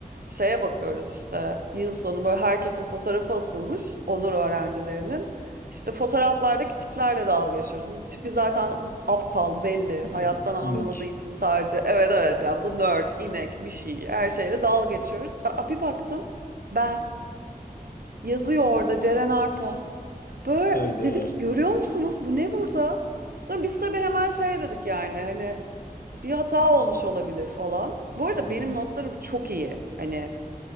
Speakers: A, on the right; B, on the left.
A: şeye bakıyoruz işte yıl sonu böyle herkesin fotoğrafı asılmış onur öğrencilerinin. İşte fotoğraflardaki tiplerle dalga geçiyoruz. Bu tipi zaten aptal belli.
B: <laughs>
A: Hayattan anlamadığı
B: inek.
A: için sadece evet evet ya bu nerd, inek bir şey her şeyle dalga geçiyoruz. Aa, bir baktım ben. Yazıyor orada Ceren Arpa. Böyle
B: Hayda.
A: dedim ki görüyor musunuz bu ne burada? Sonra biz tabii hemen şey dedik yani hani bir hata olmuş olabilir falan. Bu arada
B: <laughs>
A: benim notlarım çok iyi. Hani